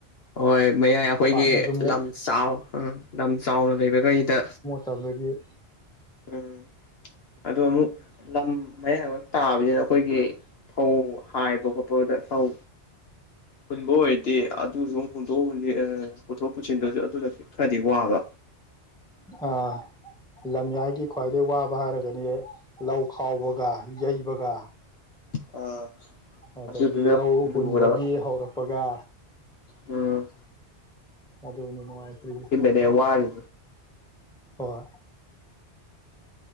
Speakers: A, on the left; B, in the centre.
A: ꯍꯣꯏ ꯃꯌꯥꯏ ꯑꯩꯈꯣꯏꯒꯤ
B: ꯄꯥꯛꯅꯁꯨ ꯃꯣꯠ
A: ꯂꯝ ꯆꯥꯎ ꯎ ꯂꯝ ꯆꯥꯎꯅ ꯂꯩꯕꯈꯩꯗ
B: ꯇꯥꯕꯗꯤ
A: ꯎꯝ ꯑꯗꯣ ꯑꯃꯨꯛ ꯂꯝ ꯃꯌꯥꯕ ꯇꯥꯅꯤꯅ ꯑꯩꯈꯣꯏꯒꯤ ꯐꯧ ꯍꯥꯏꯕ ꯈꯣꯠꯄꯗ ꯐꯧ ꯍꯨꯟꯕ ꯑꯣꯏꯔꯗꯦ ꯑꯗꯨꯁꯨ ꯍꯨꯟꯗꯣꯛ ꯄꯨꯊꯣꯛ ꯄꯨꯁꯤꯟꯗꯨꯁꯨ ꯑꯗꯨꯅ ꯈꯔꯗꯤ ꯋꯥꯕ
B: ꯑ ꯂꯝꯌꯥꯏꯒꯤ ꯈ꯭ꯋꯥꯏꯗꯩ ꯋꯥꯕ ꯍꯥꯏꯔꯒꯗꯤ ꯂꯧ ꯈꯥꯎꯕꯒ ꯌꯩꯕꯒ
A: ꯑꯥ
B: ꯑꯗꯒꯤ
A: ꯑꯗꯨꯗꯨꯅ
B: ꯂꯧ ꯍꯨꯟꯕꯒꯤ
A: ꯂꯨꯒ꯭ꯔꯕ
B: ꯍꯧꯔꯛꯄꯒ
A: ꯎꯝ
B: ꯑꯗꯨꯅꯤꯅꯨꯡꯥꯏꯈꯔꯤꯒꯤ
A: ꯅꯦ ꯋꯥꯔ
B: ꯍꯣꯏ